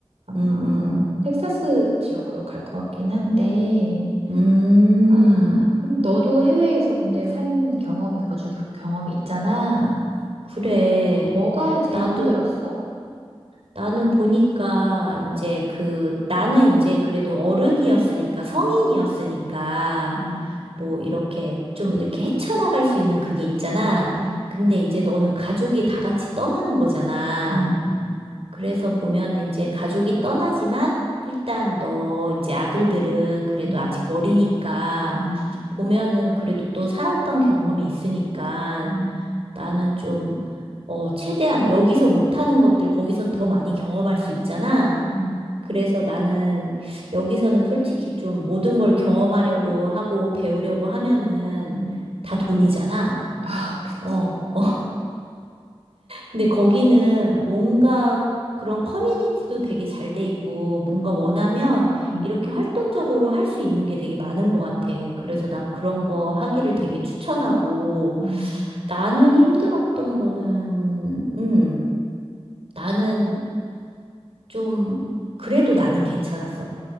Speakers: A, on the right; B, on the right.
A: 음,
B: 아,
A: 음.
B: 텍사스 지역으로 갈 것 같긴 한데
A: 음,
B: 아, 근데 너도 해외에서 근데 산 경험이 거주 겨- 경험이 있잖아.
A: 그래.
B: 이게 뭐가 제일
A: 나도,
B: 힘들었어?
A: 나는 보니까 이제 그, 나는 이제 그래도 어른이었으니까, 성인이었으니까,
B: 음,
A: 뭐 이렇게 좀 이렇게 헤쳐나갈 수 있는 그게 있잖아.
B: 음,
A: 근데 이제 너는 가족이 다 같이 떠나는 거잖아.
B: 음.
A: 그래서 보면은 이제 가족이 떠나지만 일단 너 이제 아들들은 그래도
B: 음,
A: 아직 어리니까
B: 음,
A: 보면은 그래도 또 살았던 경험이 있으니까
B: 음,
A: 나는 좀, 어, 최대한 여기서 못하는 것들 거기선 더 많이 경험할 수 있잖아.
B: 음,
A: 그래서 나는 여기서는 솔직히 좀 모든 걸 경험하려고 하고 배우려고 하면은
B: 음.
A: 다 돈이잖아.
B: 아, 그치.
A: 어. <laughs> 근데 거기는 뭔가 그런 커뮤니티도 되게 잘 돼 있고, 뭔가
B: 음,
A: 원하면
B: 음,
A: 이렇게 활동적으로 할 수 있는 게 되게 많은 것 같아. 그래서 난 그런 거 하기를 되게 추천하고,
B: 음,
A: 나는 힘들었던 거는, 음, 나는 좀, 그래도 나는 괜찮았어.